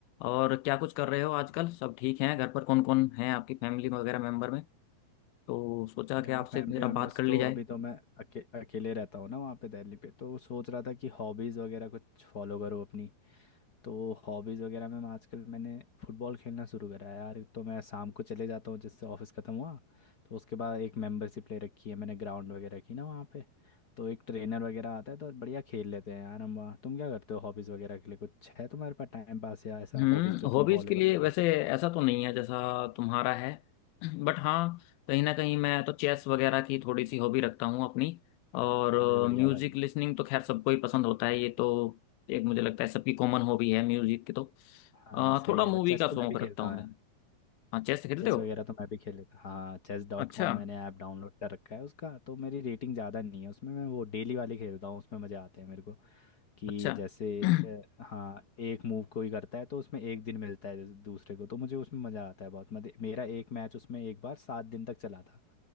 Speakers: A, on the left; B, on the left.
A: और क्या कुछ कर रहे हो आजकल सब ठीक हैं घर पर कौन कौन है आपकी फैमिली वगैरह मेंबर में तो सोचा
B: यहाँ
A: कि आपसे
B: फैमिली
A: जरा
B: मेम्बर्स
A: बात कर ली
B: तो
A: जाए
B: अभी तो मैं अके, अकेले रहता हूँ ना वहाँ पे दिल्ली पे तो सोच रहा था कि हॉबीज़ वगैरह कुछ फॉलो करो अपनी तो हॉबीज़ वगैरह में मैं आजकल मैंने फुटबॉल खेलना शुरू करा है यार तो मैं शाम को चले जाता हूँ जिससे ऑफिस ख़त्म हुआ तो उसके बाद एक मेंबरशिप ले रखी है मैंने ग्राउंड वगैरह की ना वहाँ पे तो एक ट्रेनर वगैरह आता है तो बढ़िया खेल लेते हैं यार हम वहाँ तुम क्या करते हो हॉबीज़ वगैरह के लिए कुछ है तुम्हारे पास टाइम पास या ऐसा
A: हम्म
B: हॉबीज़ जो तुम
A: हॉबीज
B: फॉलो
A: के
B: करते
A: लिए वैसे
B: हो
A: ऐसा तो नहीं है जैसा तुम्हारा है <clears throat> बट हाँ कहीं ना कहीं मैं तो चेस वगैरह की थोड़ी सी हॉबी रखता हूँ अपनी और
B: अरे बढ़िया
A: म्यूजिक
B: भाई
A: लिसनिंग तो खैर सबको ही पसंद होता है ये तो एक मुझे लगता है सबकी कॉमन हॉबी है म्यूजिक की तो
B: हाँ
A: अ,
B: सही
A: थोड़ा
B: कह
A: मूवी
B: रहे हो चेस
A: का
B: तो
A: शौक
B: मैं भी खेलता
A: रखता हूँ
B: हूँ
A: मैं
B: यार
A: हाँ चेस खेलते
B: चेस
A: हो
B: वगैरह तो मैं भी खेल लेता हाँ चेस डॉट
A: अच्छा
B: कॉम मैंने ऐप डाउनलोड कर रखा है उसका तो मेरी रेटिंग ज़्यादा नहीं है उसमें मैं वो डेली वाले खेलता हूँ उसमें मज़े आते हैं मेरे को कि
A: अच्छा
B: जैसे
A: <clears throat>
B: अ, हाँ एक मूव कोई करता है तो उसमें एक दिन मिलता है जैसे दूसरे को तो मुझे उसमें मज़ा आता है बहुत मजे मेरा एक मैच उसमें एक बार सात दिन तक चला था